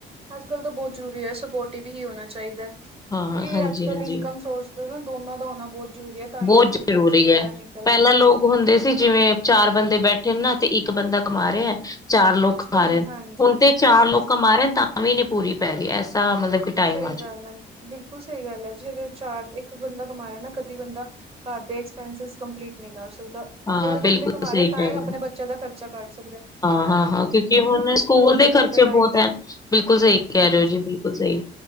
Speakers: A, on the right (about 30°); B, on the left (about 15°).
A: ਅੱਜ ਕੱਲ ਤਾਂ ਬਹੁਤ ਜ਼ਰੂਰੀ ਐ ਸਪੋਰਟਿਵ ਹੀ ਹੋਣਾ ਚਾਹੀਦਾ।
B: ਹਾਂ
A: ਕਿਉਂਕਿ
B: ਹਾਂਜੀ-ਹਾਂਜੀ।
A: ਅੱਜ ਕੱਲ੍ਹ ਇਨਕਮ ਸੋਰਸ ਨਾ ਦੋਨਾਂ ਦਾ ਹੋਣਾ ਬਹੁਤ ਜ਼ਰੂਰੀ ਹੈ ਤਾਂ ਹੀ
B: ਬਹੁਤ
A: ਅੱਜ ਕਲ ਖਰਚੇ
B: ਜ਼ਰੂਰੀ
A: ਵਗੈਰਾ
B: ਹੈ।
A: ਨਹੀਂ
B: ਪਹਿਲਾਂ ਲੋਕ ਹੁੰਦੇ ਸੀ ਜਿਵੇਂ ਚਾਰ ਬੰਦੇ ਬੈਠੇ ਨੇ ਨਾ ਤੇ ਇੱਕ ਬੰਦਾ ਕਮਾ ਰਿਹਾ ਚਾਰ ਲੋਕ
A: ਉਸ ਟਾਈਮ
B: ਮ ਰਹੇ
A: ਹਾਂਜੀ
B: ਹੁਣ ਤੇ ਚਾਰ ਲੋਕਾਂ ਮਾਰੇ ਤਾਂ ਵੀ ਨੀ ਪੂਰੀ ਪੈ ਰਹੀ ਐਸਾ ਮਤਲਬ ਕਿ ਟਾਈਮ
A: ਸਹੀ
B: ਚੁੱਕਾ।
A: ਗੱਲ ਆ ਬਿਲਕੁਲ ਸਹੀ ਗੱਲ ਹੈ ਜੀ ਅਰ ਚਾਰ ਇੱਕ ਬੰਦਾ ਕਮਾ ਰਿਹਾ ਨਾ ਕਦੀ ਬੰਦਾ ਘਰ ਦੇ ਐਕਸਪੈਂਸ ਕੰਪਲੀਟ ਨਹੀਂ ਕਰ ਸਕਦਾ
B: ਹਾਂ
A: ਦੋ
B: ਬਿਲਕੁਲ
A: ਬੰਦੇ ਕਮਾ
B: ਸਹੀ
A: ਰਹਾ
B: ਕਹਿ
A: ਤਾਂ ਹੀ
B: ਰਹੇ
A: ਆਪਣੇ
B: ਹੋ
A: ਬੱਚਿਆਂ ਦਾ ਖਰਚਾ ਬੱਚਾ ਕੱਢ ਸਕਦੇ ਆ
B: ਹਾਂ ਹਾਂ ਹਾਂ ਕਿਉਂਕਿ ਹੁਣ ਸਕੂਲ ਦੇ
A: ਕੱਲ
B: ਖਰਚੇ
A: ਟਾਈਮ
B: ਬਹੁਤ ਹਨ ਬਿਲਕੁਲ ਸਹੀ ਕਹਿ
A: ਹਾਂਜੀ
B: ਰਹੇ ਹੋ ਜੀ ਬ ਬਿਲਕੁਲ ਸਹੀ